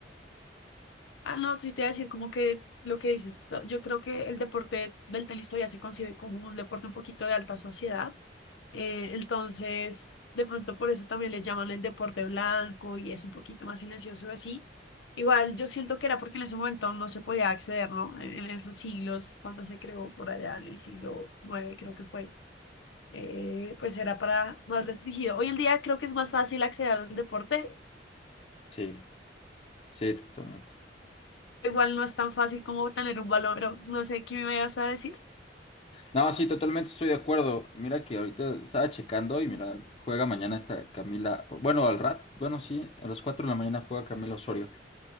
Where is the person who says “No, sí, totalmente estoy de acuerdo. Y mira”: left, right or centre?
Left